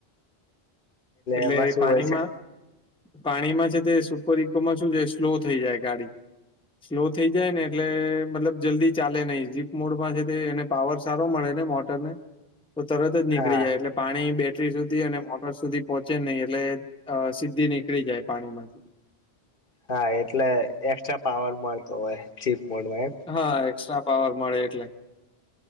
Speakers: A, in the centre; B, on the left.
A: એટલે
B: એમાં શું
A: પાણીમાં
B: હોય છે
A: પાણીમાં છે, તે સુપર ઈકોમાં શું જે સ્લો થઈ જાય ગાડી સ્લો થઈ જાય ને એટલે મતલબ જલ્દી ચાલે નહી જીપ મોડમાં છે, તે એને પાવર સારો મળે ને મોટર ને તો તરત જ નીકળી
B: હા
A: જાય એટલે પાણી બેટરી સુધી અને મોટર સુધી પોહોંચે નહી એટલે અ સીધી નીકળી જાય પાણીમાંથી
B: હા એટલે એક્સ્ટ્રા પાવર મળતો હોય જીપ મોડમાં એમ
A: હા એક્સ્ટ્રા પાવર મળે એટલે